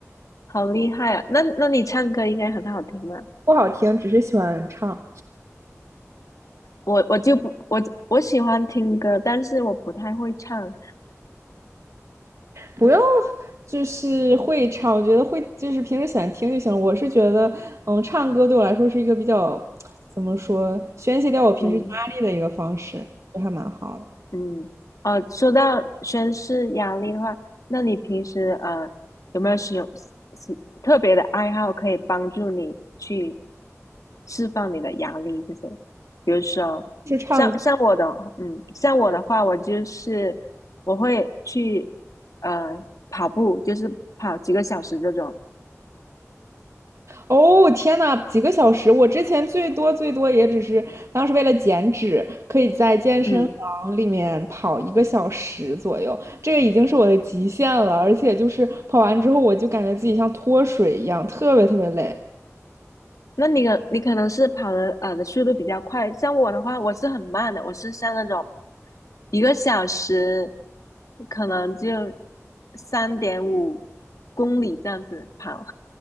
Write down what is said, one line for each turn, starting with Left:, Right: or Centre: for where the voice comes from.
Left: 好厉害啊！那那你唱歌应该很好听吧？
Right: 不好听，只是喜欢唱。
Left: 我我就不我我喜欢听歌，但是我不太会唱。
Right: 不用，就是会唱，我觉得会就是平时喜欢听就行了。我是觉得，嗯，唱歌对我来说是一个比较怎么说，宣泄掉我平时压力的一个方式，
Left: 嗯
Right: 就还蛮好的。
Left: 嗯，哦，说到宣誓压力的话，那你平时呃有没有使用是特别的爱好可以帮助你去释放你的压力这些？比如说，
Right: 是唱歌，
Left: 像像我的嗯，像我的话，我就是我会去呃跑步，就是跑几个小时这种。
Right: 哦，天呐，几个小时！我之前最多最多也只是当时为了减脂，可以在健身房里面跑一个小时左右，
Left: 嗯。
Right: 这个已经是我的极限了。而且就是跑完之后，我就感觉自己像脱水一样，特别特别累。
Left: 那你可你可能是跑的呃的速度比较快，像我的话，我是很慢的，我是像那种一个小时可能就三点五公里这样子跑，